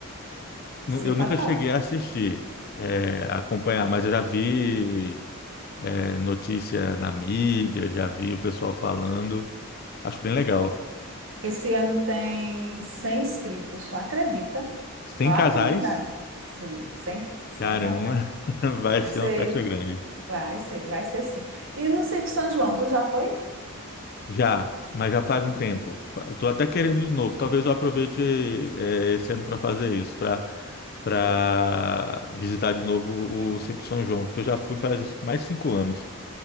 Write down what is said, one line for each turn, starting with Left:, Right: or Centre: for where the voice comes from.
Left: nu-
Right: Sim,
Left: eu
Right: pode
Left: nunca
Right: falar.
Left: cheguei a assistir, é, a acompanhar, mas eu já vi. é, notícia na mídia, já vi o pessoal falando. Acho bem legal.
Right: Esse ano tem 100 inscritos, tu acredita?
Left: Sem
Right: Olha
Left: casais,
Right: a quantidade. Sim, 100, ca- 100
Left: caramba,
Right: casais.
Left: <laughs> vai
Right: Vai
Left: ser
Right: ser,
Left: uma festa grande.
Right: vai ser, vai ser sim. E no sítio São João, tu já foi?
Left: Já, mas já faz um tempo. Eu tô até querendo ir de novo. Talvez eu aproveite é, esse ano para fazer isso, para para visitar de novo o Sítio São João, porque eu já fui faz mais cinco anos.